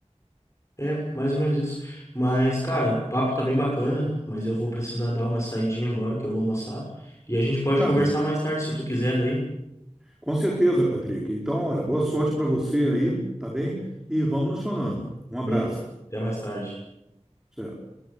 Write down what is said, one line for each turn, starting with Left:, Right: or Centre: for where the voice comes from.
Left: É, mais ou menos isso. Mas, cara, o papo tá bem bacana, mas eu vou precisar dar uma saidinha agora, que eu vou almoçar. E a gente pode
Centre: Tá
Left: conversar
Centre: bem.
Left: mais tarde, se tu quiser daí.
Centre: Com certeza, Patrick. Então, olha, boa sorte para você aí, tá bem? E vamos nos falando. Um
Left: Beleza.
Centre: abraço.
Left: Até mais tarde.
Centre: Certo.